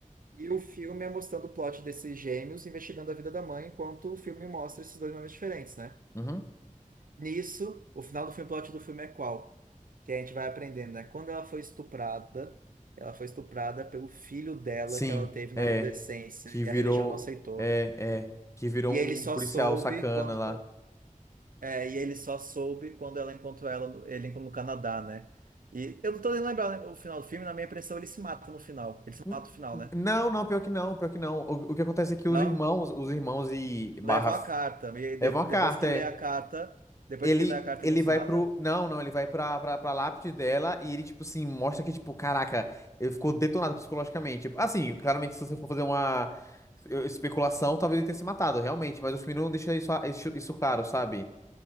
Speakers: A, on the right; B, on the left.
A: E o filme é mostrando o plot desses gêmeos investigando a vida da mãe, enquanto o filme mostra esses dois momentos diferentes, né?
B: Uhum.
A: Nisso, o final do filme, o plot do filme é qual? Que a gente vai aprendendo, né? Quando ela foi estuprada, ela foi estuprada pelo filho dela
B: Sim.
A: que ela teve
B: É.
A: na adolescência
B: Que
A: e
B: virou.
A: a religião não aceitou.
B: É, é. Que virou
A: E
B: um
A: ele só
B: policial
A: soube
B: sacana
A: quando,
B: lá.
A: é, e ele só soube quando ela encontrou ela, no- ele no Canadá, né? E eu não tô nem lembrando né? o final do filme, na minha impressão ele se mata no final. Ele se
B: N-
A: mata no final,
B: n-
A: né?
B: Não, não, pior que não, pior que não. O, o que acontece é que
A: Não?
B: os irmãos, os irmãos e barra
A: Levam
B: f-
A: a carta. E de-
B: levam a carta,
A: depois que ele
B: é.
A: lê a carta, depois
B: Ele,
A: que ele lê a carta,
B: ele
A: ele não se
B: vai
A: mata?
B: pro. Não, não, ele vai pra, pra, pra lápide dela e ele, tipo assim, mostra que, tipo, caraca, ele ficou detonado psicologicamente. Tipo, assim, claramente, se você for fazer uma eh, especulação, talvez ele tenha se matado, realmente, mas o filme não deixa isso, isso, isso claro, sabe?